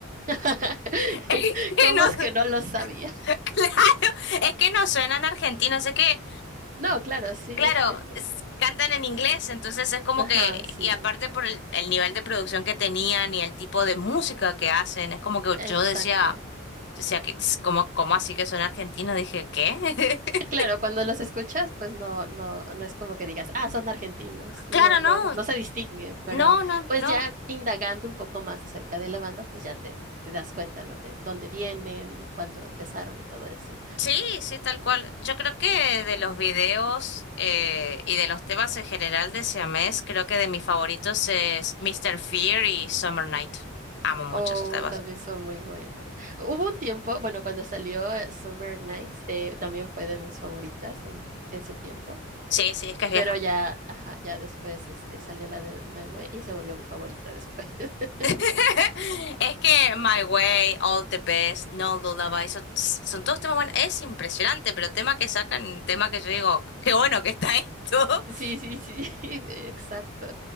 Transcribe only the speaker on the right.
<laughs>
¿Cómo
es que no lo sabía?
No, claro, sí.
<laughs>
Ajá,
sí.
Exacto.
Sí, claro,
cuando los escuchas, pues no, no, no es como que digas, ah, son argentinos,
no, no,
no se distingue, pero
pues
ya indagando un poco más acerca de la banda, pues ya te, te das cuenta, ¿no? De dónde vienen y cuándo empezaron y todo eso.
Oh,
también son muy buenas. Hubo un tiempo, bueno, cuando salió eh, Summer Nights, eh, también fue de mis favoritas en, en su tiempo,
pero ya, ajá, ya después este, salió la de My Way y se volvió mi favorita después. <laughs>
Sí,
sí, sí, <laughs> exacto.